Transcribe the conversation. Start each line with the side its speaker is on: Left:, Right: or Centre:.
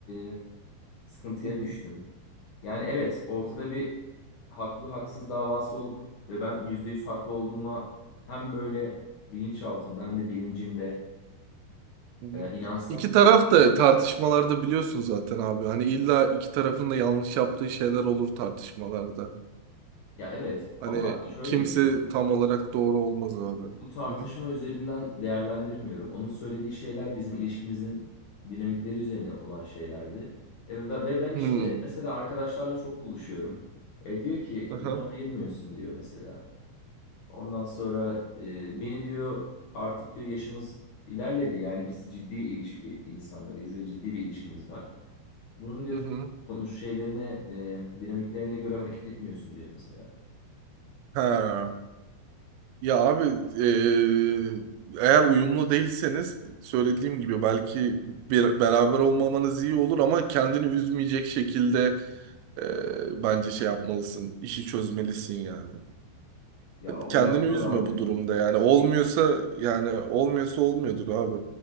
Left: e, sıkıntıya
Right: hı hı,
Left: düştüm. Yani evet ortada bir haklı haksız davası olup ve ben %100 haklı olduğuma hem böyle bilinçaltımda hem de bilincimde
Right: hı hı.
Left: e, inansam
Right: iki taraf da tartışmalarda biliyorsun zaten abi. Hani illa iki tarafın da yanlış yaptığı şeyler olur tartışmalarda.
Left: ya evet ama
Right: Hani
Left: şöyle
Right: kimse
Left: bir durum.
Right: tam olarak doğru olmaz abi.
Left: bu tartışma
Right: Hı hı.
Left: üzerinden değerlendirmiyorum. Onun söylediği şeyler bizim ilişkimizin dinamikleri üzerine olan şeylerdi. E, ve ve ben işte
Right: Hı.
Left: mesela arkadaşlarla çok buluşuyorum. E, diyor ki
Right: Aha,
Left: zaman ayırmıyorsun diyor mesela. Ondan sonra e, beni diyor artık diyor yaşımız ilerledi. Yani biz ciddi ilişki insanlarıyız ve ciddi bir ilişkimiz var. Bunun diyor
Right: hı hı.
Left: sonuç şeylerine, e, dinamiklerine göre hareket etmiyorsun diyor mesela.
Right: Ha. Ya abi eee, eğer uyumlu değilseniz söylediğim gibi belki bir, beraber olmamanız iyi olur ama kendini üzmeyecek şekilde eee, bence şey yapmalısın işi çözmelisin yani.
Left: Ya o
Right: Kendini
Left: biraz zor
Right: üzme
Left: abi.
Right: bu durumda yani olmuyorsa
Left: Şimdi-
Right: yani olmuyorsa olmuyordur abi